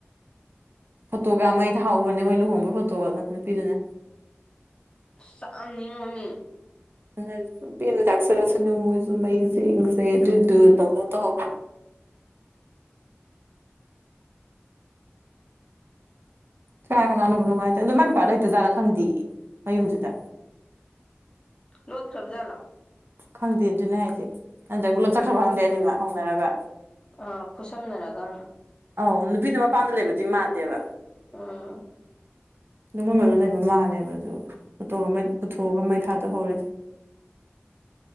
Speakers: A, on the right; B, on the left.
A: ꯐꯣꯇꯣꯒ ꯌꯥꯝ ꯃꯩ ꯊꯥꯎꯕꯅꯦ ꯃꯣꯏ ꯂꯨꯍꯣꯡꯕꯒꯤ ꯐꯣꯇꯣꯒꯗꯣ ꯅꯨꯄꯤꯗꯨꯅꯦ
B: ꯆꯥꯛꯑꯝ ꯅꯤꯡꯉꯣꯝꯃꯤ
A: ꯑꯗꯨꯅꯤ ꯍꯥꯏꯁꯦ <unintelligible> ꯄꯦꯟꯅꯥ ꯆꯥꯛꯆꯔꯁꯅꯨ ꯃꯣꯏꯖꯨ ꯃꯩꯖꯦ ꯅꯨꯡꯖꯦ ꯑꯗꯨꯗꯨ ꯇꯧꯗꯅ ꯇꯧꯍꯧꯕꯅꯦ ꯀꯥꯏ ꯀꯅꯥꯅꯕꯨ ꯅꯨꯡꯉꯥꯏꯗꯣ ꯑꯗꯨꯃꯥꯏ ꯅꯨꯄꯥ ꯂꯩꯇꯖꯥꯠꯂ ꯈꯪꯗꯦ ꯃꯌꯨꯝꯗꯨꯗ
B: ꯂꯣꯠꯈ꯭ꯔꯕ ꯖꯥꯠꯂꯣ
A: ꯈꯪꯗꯦ ꯑꯗꯨꯅꯦ ꯍꯥꯏꯁꯦ ꯅꯥꯠꯇ꯭ꯔ ꯄꯨꯂꯞ ꯆꯠꯈ꯭ꯔꯕ ꯈꯪꯗꯦ ꯑꯅꯤꯃꯛ ꯍꯧꯅꯔꯒ
B: ꯑ ꯈꯨꯁꯝꯅꯔꯒꯅ
A: ꯑꯧ ꯅꯨꯄꯤꯗꯨ ꯃꯄꯥꯥꯝꯗ ꯂꯩꯕꯗꯤ ꯃꯥꯟꯗꯦꯕ
B: ꯑꯥ
A: ꯑꯗꯨ ꯃꯣꯏ ꯃꯌꯨꯝ ꯂꯩꯕ ꯃꯥꯜꯂꯦꯕ ꯑꯗꯨ ꯄꯨ ꯄꯨꯊꯣꯛꯑꯒ ꯃꯩ ꯊꯥꯗꯣꯛꯍꯧꯔꯤꯗꯣ